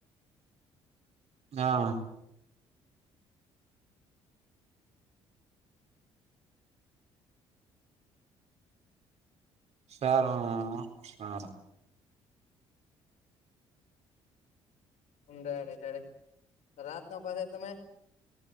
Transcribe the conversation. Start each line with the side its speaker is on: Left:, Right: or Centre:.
Right: હા. સારું, સારું.
Left: ઊડાડે રાત ન પાસે તમે.